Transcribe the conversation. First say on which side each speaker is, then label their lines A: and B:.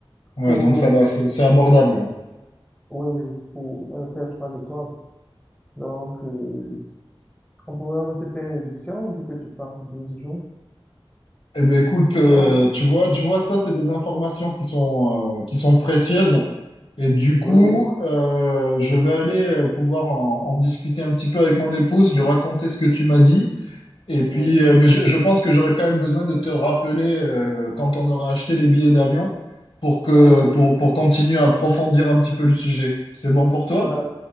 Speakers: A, on the left; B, in the centre.
A: Ouais,
B: Pour,
A: donc ça va, c'est c'est abordable. ouais.
B: oui, oui, pour un hôtel trois étoiles. Donc, euh, on pourrait même te faire une réduction vu que tu pars pour 12 jours.
A: Eh ben écoute, euh,
B: Donc,
A: tu vois, tu vois, ça, c'est des informations qui sont, euh, qui sont précieuses. Et du coup,
B: oui, oui,
A: euh, je vais aller euh, pouvoir en, en discuter un petit peu avec mon épouse, lui raconter ce que tu m'as dit. Et puis,
B: oui,
A: euh, mais je, je pense que j'aurai quand même besoin de te rappeler euh, quand on aura acheté les billets d'avion pour que
B: oui, oui,
A: pour, pour continuer à approfondir un petit peu le sujet. C'est bon pour toi?
B: oui.